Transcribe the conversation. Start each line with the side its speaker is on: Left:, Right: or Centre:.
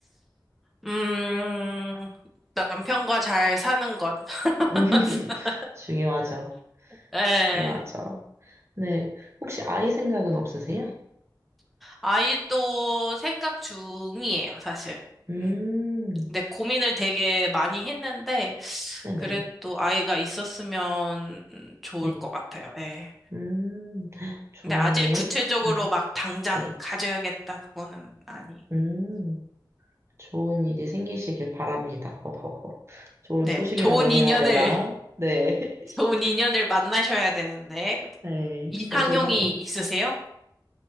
Centre: 음, 남편과 잘 사는 것. <laughs>
Right: <laughs> 중요하죠.
Centre: 예.
Right: 중요하죠. 네. 혹시 아이 생각은 없으세요?
Centre: 아이도 생각 중이에요, 사실.
Right: 음,
Centre: 음. 근데 고민을 되게 많이 했는데,
Right: 네네.
Centre: 그래도 아이가 있었으면 좋을
Right: 네.
Centre: 것 같아요. 예.
Right: 네. 음, 좋은
Centre: 근데 아직
Right: 일.
Centre: 구체적으로
Right: 음,
Centre: 막 당장
Right: 네.
Centre: 가져야겠다, 그거는 아니.
Right: 음, 좋은 일이 생기시길 바랍니다. 허허허. 좋은
Centre: 네,
Right: 소식이라고
Centre: 좋은
Right: 해야
Centre: 인연을,
Right: 하려나?
Centre: <laughs>
Right: 네.
Centre: 좋은
Right: <laughs>
Centre: 인연을 만나셔야 되는데,
Right: 네.
Centre: 이상형이
Right: 저도 정말.
Centre: 있으세요?